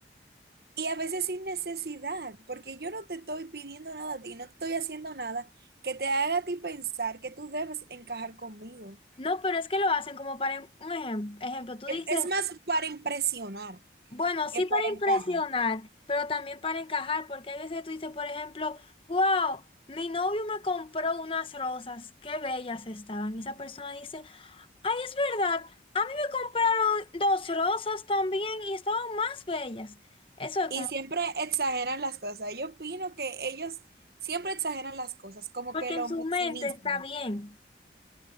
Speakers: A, on the right; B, on the left.
A: Y a veces sin necesidad, porque yo no te estoy pidiendo nada a ti, no te estoy haciendo nada que te haga a ti pensar que tú debes encajar conmigo.
B: No, pero es que lo hacen como para, en- un ejem- ejemplo, tú dices
A: Es es más para impresionar
B: Bueno, sí
A: que para
B: para impresionar,
A: encajar.
B: pero también para encajar, porque hay veces que tú dices, por ejemplo, wow, mi novio me compró unas rosas, qué bellas estaban. Y esa persona dice, ay, es verdad, a mí me compraron dos rosas también y estaban más bellas. Eso es
A: Y
B: como,
A: siempre exageran las cosas. Yo opino que ellos siempre exageran las cosas, como
B: porque
A: que lo
B: en su
A: maximizan.
B: mente está bien,